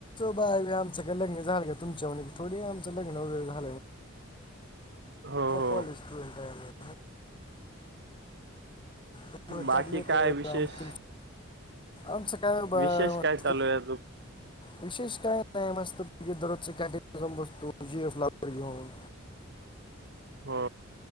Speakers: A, on the left; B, on the right.
A: बाळ आमच कग निझान तुमच्या थोडी आम झा
B: हो हो
A: कॉ स्टुट आहे <unintelligible> तुम्हाला
B: बाकी
A: चार लेकर
B: काय विशेष
A: आमचं काय बाबा
B: विशेष
A: मस्त
B: काय चालू आहे अजून
A: विशेष काही नाही मस्तपैकि दररोजचे कॅटिन ला जावून बस्तू जीफ ला घेऊन
B: हा